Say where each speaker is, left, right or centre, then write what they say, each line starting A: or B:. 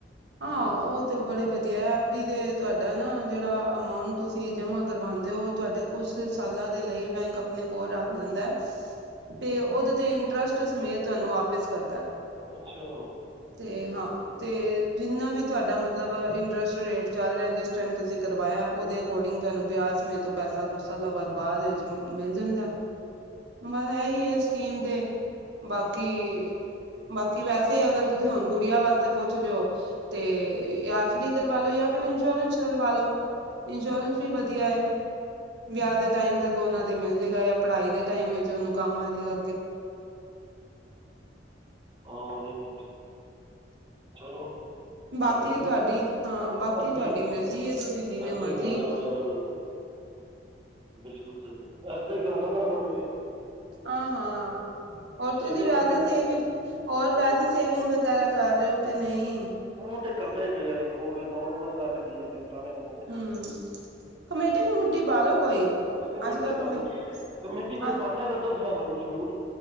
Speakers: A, on the right; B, on the right.
A: ਹਾਂ ਉਹ ਤੇ ਬੜੇ ਵਧੀਆ ਐਫ ਡੀ ਦੇ ਤੁਹਾਡਾ ਨਾ ਜਿਹੜਾ ਅਮਾਊਂਟ ਤੁਸੀਂ ਜਮਾਂ ਕਰਵਾਉਦੇ ਹੋ ਤੁਹਾਡੇ ਕੁਛ ਸਾਲਾਂ ਦੇ ਲਈ ਬੈਂਕ ਆਪਣੇ ਕੋਲ ਰੱਖ ਲੈਂਦਾ ਹੈ ਤੇ ਉਹਦੇ ਤੇ ਇੰਟਰਸਟ ਸਮੇਤ ਤੁਹਾਨੂੰ ਵਾਪਿਸ ਕਰਦਾ
B: ਅੱਛਾ
A: ਤੇ ਹਾਂ ਤੇ ਜਿੰਨਾ ਵੀ ਤੁਹਾਡਾ ਮਤਲਬ ਇੰਟਰਸਟ ਰੇਟ ਚੱਲ ਰਿਹਾ ਜਿਸ ਟਾਈਮ ਤੁਸੀਂ ਕਰਵਾਇਆ ਉਹਦੇ ਅਕੋਰਡਿੰਗ ਤੁਹਾਨੂੰ ਬਿਆਜ ਸਮੇਤ ਓਹ ਪੈਸਾ ਕੁਛ ਸਾਲਾਂ ਬਾਅਦ ਬਾਅਦ ਵਿੱਚ ਮਿਲ ਜਾਂਦਾ ਬਸ ਇਹੀ ਹੈ ਸਕੀਮ ਦੇ ਬਾਕੀ ਬਾਕੀ ਵੈਸੇ ਅਗਰ ਤੁਸੀਂ ਹੁਣ ਗੁੜੀਆਂ ਵਾਸਤੇ ਪਹੁੰਚ ਰਹੇ ਹੋ ਤੇ ਆਫ ਡੀ ਕਰਵਾ ਲੋ ਜਾਂ ਫਿਰ ਇੰਸ਼ੋਰੈਂਸ ਕਰਵਾ ਲੋ ਇੰਸ਼ੋਰੈਂਸ ਵੀ ਵਧੀਆ ਹੈ ਵਿਆਹ ਦੇ ਟਾਈਮ ਤੱਕ ਉਹਨਾ ਦੇ ਮਿਲ ਜਾੇਗਾ ਪੜ੍ਹਾਈ ਦੇ ਟਾਈਮ ਵਿੱਚ ਉਹਨੂੰ ਕੰਮ ਆ ਜਾਏਗਾ ਅੱਗੇ
B: ਹਾਂ ਨਈ ਨਈ ਚਲੋ
A: ਬਾਕੀ
B: ਇੱਦਾਂ ਹੀ
A: ਤੁਹਾਡੀ ਹਾਂ ਬਾਕੀ
B: ਇੱਦਾਂ
A: ਤੁਹਾਡੀ
B: ਹੀ
A: ਮਰਜੀੀ ਤੁਸੀਂ
B: ਇੱਦਾਂ
A: ਜਿਵੇਂ ਮਰਜੀੀ
B: ਹੀ ਕਰਾਉਣਾ ਪੈਣਾ ਮੈਨੂੰ ਬਿਲਕੁਲ ਏਦਾਂ ਹੀ ਗਾਣਾ ਬਣਾ ਮੈਨੂੰ ਇਹ
A: ਹਾਂ ਹਾਂ ਅ <unintelligible> ਰ
B: ਸੇਵਿੰਗ
A: ਤੂੰ ਵੀ ਵਆਦੇ
B: ਤਾਂ ਦੇਖੋ
A: ਵੀ ਹੋਰ
B: ਹੂੰ
A: ਵੈਸੇ ਸੇਵਿੰਗ ਵਗੈਰਾ ਕਰ ਰਹੇ ਹੋ ਕੇ ਨਹੀਂ?
B: ਉਹ ਤੇ ਕਰਦੇ ਹੀ ਪਏ ਆ ਦੇਖੋ ਉਹ ਤੇ ਨੋਰਮਲ ਗੱਲ ਹੈਗੀ ਆ ਤੇ ਕਰਾਣੇ ਪੈਣੇ ਨੇ।
A: ਹਮ ਕਮੇਟੀ ਕਮੋਟੀ ਪਾਲੋ ਕੋਈ।
B: ਓ ਕਮੇਟੀ
A: ਅੱਜ ਕੱਲ ਕਮੇ
B: ਪਾਣੀ ਮੈ, ਕਮੇਟੀ ਕੋਈ
A: ਹਾਂ
B: ਪਾਉਦਾ ਉਹ ਨ ਦੱਸਣਾ ਮੈਨੂੰ ਜ਼ਰੂਰ।